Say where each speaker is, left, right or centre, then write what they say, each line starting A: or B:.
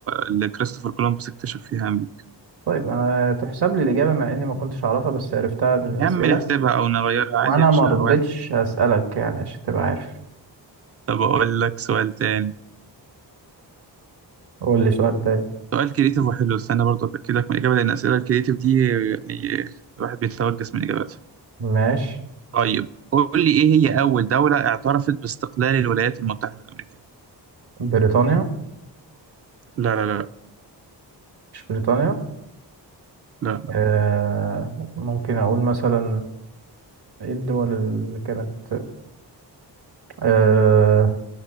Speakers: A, on the right (about 35°); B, on the right (about 65°).
A: اللي كريستوفر كولومبوس اكتشف فيها أمريكا
B: طيب أنا تحسب لي الإجابة مع إني ما كنتش أعرفها بس عرفتها من الأسئلة
A: يا عم نحسبها أو نغيرها
B: وأنا
A: عادي يا باشا
B: ما رضيتش
A: واحد
B: أسألك يعني عشان تبقى عارف
A: طب أقول لك سؤال تاني
B: قول لي سؤال تاني
A: سؤال كريتيف وحلو استنى برضه أتأكدك من الإجابة لأن الأسئلة الكريتيف دي يعني الواحد بيتوجس من إجاباتها
B: ماشي
A: طيب قول لي إيه هي أول دولة اعترفت باستقلال الولايات المتحدة الأمريكية
B: بريطانيا
A: لا لا لا
B: مش بريطانيا
A: لا
B: آه ممكن أقول مثلا إيه الدول اللي كانت آه